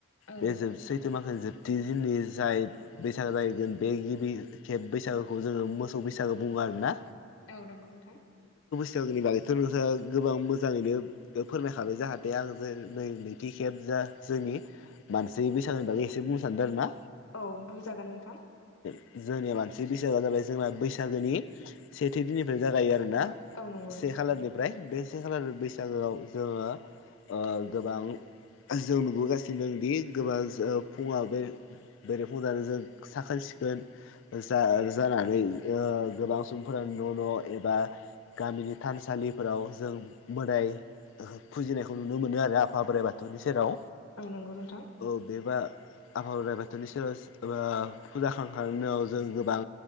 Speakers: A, on the left (about 80°); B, on the left (about 60°).
A: औ
B: बे जोब सैथो माखो जोब थि दिननि जाय बैसागो जाहैगोन बे गिबि खेब बैसागोखौ जोङो मोसौ बैसागो बुङो आरो ना
A: औ नंगौ नोंथां
B: बैसागोनि बागैथ' नोंथाङा गोबां मोजाङैनो फोरमायखाबाय जाहाथे आं जे नै नैथि खेब जोंनि मानसि बैसागोनि बागै एसे बुंनो सानदों आरो ना
A: औ बुंजागोन नोंथां
B: जोंनिया मानसि बैसागुआ जाबाय जोंहा बैसागोनि सेथि दिननिफ्राय जागायो आरो ना
A: औ नंगौ
B: से
A: नोंथां
B: खालारनिफ्राय बे से खालार बैसागोआव जोङो ओ गोबां जों नुबोगासिनो दं दि गोबां ओ फुङा बे बेरे फुं जानो जों साखोन सिख खोन जा जानानै गोबां ओ सुबुंफोरा न' न' एबा गामिनि थानसालिफोराव जों मोदाय फुजिनायखौ नुनो मोनो आरो आफा बोराइ बाथौनि सेराव
A: औ नंगौ नोंथां
B: औ बेबा आफा बोराइ बा नि सेराव ओ फुजा खामखांनायनि उनावजों गोबां